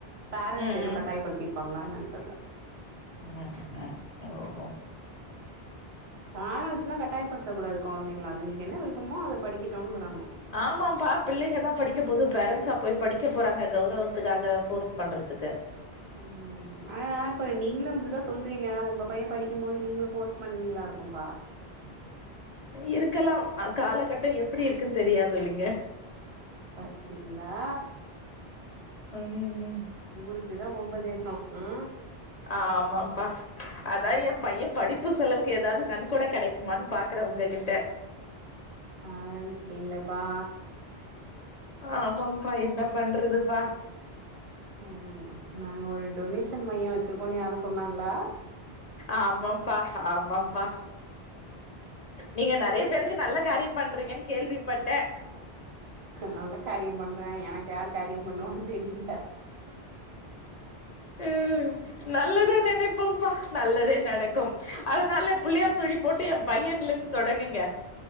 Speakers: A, on the right; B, on the left.
A: பேரண்ட்ஸ்
B: ம்
A: எதுவ்
B: ம்
A: கட்டாயப்படுத்திருப்பாங்ளா என்னனு தெரில
B: ம் ம் ஓஹோ
A: பேரன்ட்ஸ்ல்லா கட்டாயப்படுத்த கூடாது கொழந்தைங்ள அதுங்ளுக் என்ன விருப்பமோ அத படிக்கட்டோன்னு விடனு
B: ஆமாம்பா பிள்ளைக தா படிக்க போது பேரண்ட்ஸா போய் படிக்க போறாங்க கௌரவத்துக்காக ஃபோர்ஸ் பண்றதுக்கு
A: ம் ம் ஆனா இப்ப நீங்ளு இப்டிதா சொல்றீங்க உங்க பைய படிக்கும் போது நீங்ளு ஃபோர்ஸ் பண்ணுவீங்ளா இருக்கும்ப்பா
B: இருக்கலா காலகட்டோ எப்டி இருக்குன் தெரியாதுல்லிங்க
A: பத்தீங்ளா
B: ம்
A: ஊருக்குதா உபதேசோ ஆ
B: ஆமாம் ப்பா அதா எ பைய படிப்பு செலவுக்கு எதாவ்து நன் கொட கெடைக்குமான்னு பாக்குறே உங்க கிட்ட
A: ஆ ஆரம்பிஸ்ட்டீங்ளேப்பா
B: ஆமாம் ப்பா என்ன பண்றதுப்பா
A: ம் ம் ம் நாங்க ஒரு டொனேஷன் மையோ வெச்ருக்கோன்னு யாரு சொன்னாங்ளா
B: ஆமாம் ப்பா ஆமாம் ப்பா நீங்க நெறைய பேருக்கு நல்ல காரியம் பண்றீங்கன்னு கேள்விப்பட்டே
A: நல்ல காரியம் பண்றே எனக்கு யாரு காரியம் பண்ணுவான்னு தெரியில
B: ம் நல்லதே நெனைப்போம்ப்பா நல்லதே நடக்கும் அதனால பிள்ளையார் சுழி போட்டு எ பையன்லந்து தொடங்குங்க